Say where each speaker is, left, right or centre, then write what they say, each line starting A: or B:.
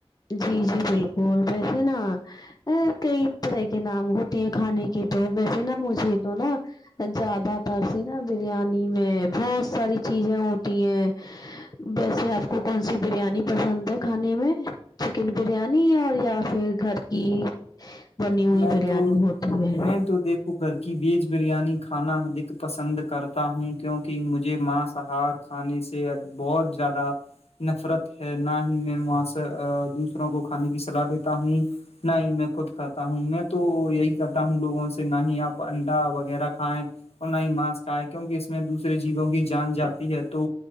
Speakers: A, on the left; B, on the left.
A: جی جی بالکل ویسے نا کئی طرح کے نام ہوتے ہیں کھانے کے تو ویسے نا مجھے تو نا زیادہ تر س نا بریانی میں بہت ساری چیزیں ہوتی ہیں بس یہ آپ کو کون سی بریانی پسند ہے کھانے میں چکن بریانی اور یا پھر گھر کی بنی ہوئی
B: میں
A: بریانی
B: تو
A: ہوتی ہے
B: میں تو دیک کوکر کی ویج بریانی کھانا ادھک پسند کرتا ہوں کیونکہ مجھے ماںسحق آانی سے بہت زیادہ نفرت ہے نہ ہی میںا دوسروں کو کھانے کی صلاح دیتا ہوں نہیں میں خود کر تا ہوں میں تو یہی کہتا ہوں لوگوں سے نہ ہی آپ انڈا وغیرہ کھائیں اور نہ ہی ماسک آئے کیونکہ اس میں دوسرے جیووں کی جان جاتی ہے تو